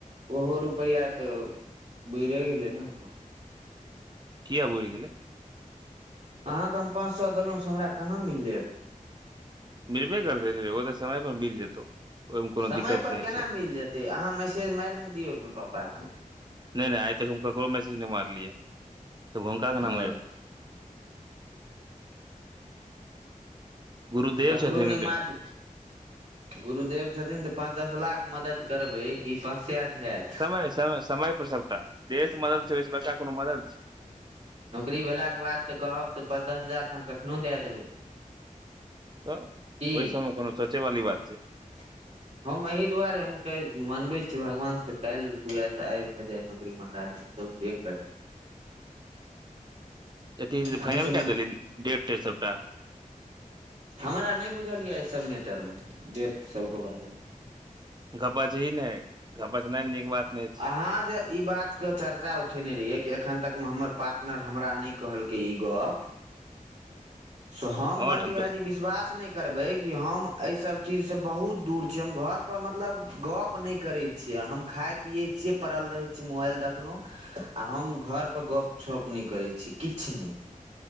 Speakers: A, on the right; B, on the right.
A: ओहो रुपैआ तऽ बुइरे गेले ने
B: किया बुइर गेलै
A: अहाँके हम पाँच सए देलहुँ से हमरा कहाँ मिललैक
B: मिलबे करतय रे ओ तऽ समय पर मिल जेतौ ओहिमे कोनो
A: समय
B: दिक्कत
A: पर
B: नहि
A: केना
B: छै
A: मिल जेतै अहाँ मैसेज मारि नऽ दियौ एक बेर पप्पाक
B: नहि नहि आइ तक हम ककरो मैसज नहि मारलियै तऽ हुनका केना
A: हँ
B: मारि गुरुदेव
A: ककरो
B: छथिन
A: नहि
B: रे
A: मारल गुरुदेव छथिन तऽ पाँच दस लाख मदद करबै कि पाँच सए सऽ हेत
B: से समय समय पर सबटा देह सऽ मदद छै ओहिस बड़का कोनो मदद छै
A: नौकरी भेलाके बाद तऽ कहब तऽ पाँच दस हजार तऽ अहाँ कखनो दए देबै
B: तऽ
A: की
B: ओहि सब मे कोनो सोचय वाली बात छै
A: <unintelligible> हम एहि दुआरे हम मनबै छी भगवान से काल्हि हुए तऽ आइ भए जाय नौकरी महाराज तब जे करि
B: अथी
A: ढंग
B: फाइनल
A: से
B: कए देली डेट तेट सबटा
A: हमरा नहि बुझल यऽ एहि सब मैटरमे डेट सबके बारेमे
B: घबच ही नहि घबच नहि नीक बात नहि
A: अहाँ जे ई बातके चर्चा उठेने रहियए कि एखन तकमे हमर पार्टनर हमरा नहि कहलकै ई गऽप सो हम
B: छै आओर
A: बन्टी भायजी
B: तऽ
A: विश्वास नहि करबै कि हम एहि सब चीजसँ बहुत दूर छी हम घर पर मतलब गप नहि करै छी छियै हम खाइ पियै छियै पड़ल रहै छी मोबाइल देखलहुँ आ हम घर पर गपशप नहि करै छिये किछ नहि